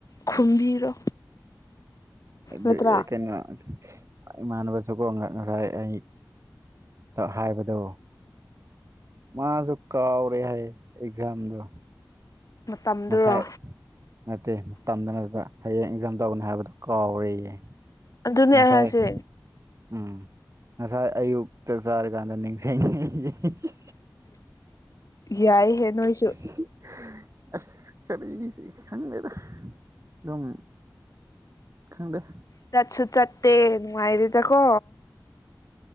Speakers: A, on the left; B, on the right.
A: ꯈꯨꯝꯕꯤꯔꯣ
B: <unintelligible>
A: ꯅꯠꯇ꯭ꯔꯥ
B: ꯏꯃꯥꯟꯅꯕꯁꯨꯀꯣ ꯉꯁꯥꯏ ꯑꯩ ꯍꯥꯏꯕꯗꯨ ꯃꯥꯁꯨ ꯀꯥꯎꯔꯦ ꯍꯥꯏ ꯑꯦꯛꯖꯥꯝꯗꯣ
A: ꯃꯇꯝꯗꯨꯔꯣ
B: ꯉꯁꯥꯏ ꯅꯠꯇꯦ ꯇꯝꯗꯅꯅꯕ ꯍꯌꯦꯡ ꯑꯦꯛꯖꯥꯝ ꯇꯧꯒꯅꯤ ꯍꯥꯏꯕꯗꯨ ꯀꯥꯎꯔꯦꯌꯦ
A: ꯑꯗꯨꯅꯦ
B: ꯉꯁꯥꯏ
A: ꯑꯩ ꯍꯥꯏꯁꯦ
B: ꯎꯝ ꯉꯁꯥꯏ ꯑꯌꯨꯛ ꯆꯥꯛ ꯆꯥꯔꯀꯥꯟꯗ ꯅꯤꯡꯁꯤꯡꯉ <inaudible>
A: ꯌꯥꯏꯍꯦ ꯅꯣꯏꯁꯨ
B: <unintelligible> ꯑꯁ ꯀꯔꯤꯁꯤ ꯈꯪꯗꯦꯗ ꯑꯗꯨꯝ ꯈꯪꯗꯦ
A: ꯆꯠꯁꯨ ꯆꯠꯇꯦ ꯅꯨꯡꯉꯥꯏꯔ°ꯗꯀꯣ